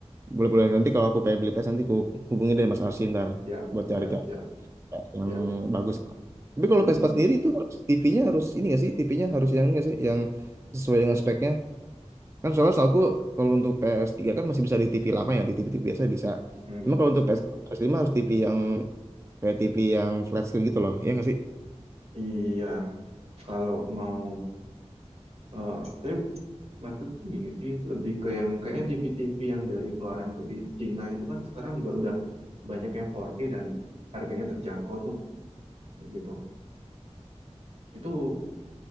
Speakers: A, on the right (about 25°); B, on the right (about 65°).
A: Boleh-boleh nanti kalau aku pengen beli PS nanti ku hubungi deh Mas Arsi ntar
B: Siap,
A: buat cari-cari
B: siap, siap,
A: yang
B: siap.
A: bagus. Tapi kalau
B: Hmm.
A: Vespa sendiri itu harus TV-nya harus ini nggak sih? TV-nya harus yang ini nggak sih? Yang sesuai dengan speknya. Kan soalnya setahu aku kalau untuk ps tiga kan masih bisa di TV lama ya, di TV-TV biasa bisa.
B: Hmm.
A: Cuma kalau untuk PS4, ps lima harus TV yang kayak TV yang flat screen gitu loh. ya nggak sih?
B: Iya, kalau mau Eh, tapi maksud gini sih, lebih ke yang kayaknya TV-TV yang dari keluaran dari Cina itu kan sekarang juga udah banyak yang 4K dan harganya terjangkau tuh, gitu. Itu